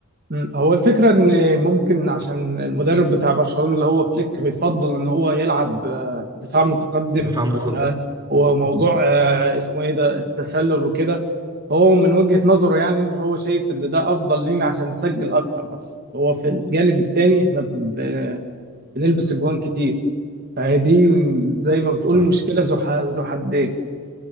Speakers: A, on the right (about 45°); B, on the right (about 20°).
A: مم. هو الفكرة ان ممكن عشان المدرب بتاع برشلونة اللي هو فليك بيفضل ان هو يلعب آه، دفاع متقدم
B: دفاع متقدم
A: و- وموضوع
B: مم.
A: آه، اسمه ايه ده التسلل وكده فهو من وجهة نظره يعني ان هو شايف ان ده افضل لينا عشان نسجل اكتر بس هو في الجانب التاني احنا ب- بنلبس اجوان كتير فهي دي زي ما بتقول
B: صح
A: مشكلة ذو ح- ذو حدين